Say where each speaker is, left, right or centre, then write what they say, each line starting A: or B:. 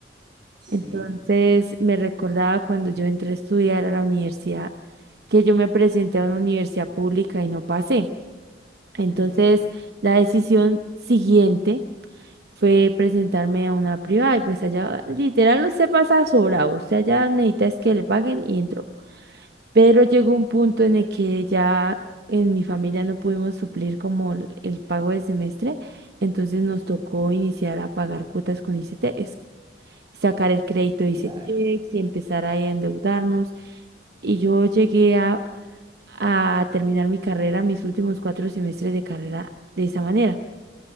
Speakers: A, on the right; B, on the right.
A: sí.
B: Entonces me recordaba cuando yo entré a estudiar a la universidad que yo me presenté a una universidad pública y no pasé. Entonces
A: ujú,
B: la decisión siguiente fue presentarme a una privada y pues allá literal usted pasa sobrado, usted allá necesitas que le paguen y entró. Pero llegó
A: mm,
B: un punto en el que ya en mi familia no pudimos suplir como el el pago del semestre, entonces nos tocó iniciar a pagar cuotas con ICT sacar el crédito de
A: Claro.
B: Icetex y empezar ahí a endeudarnos. Y yo llegué a, a terminar mi carrera, mis últimos cuatro semestres de carrera de esa manera.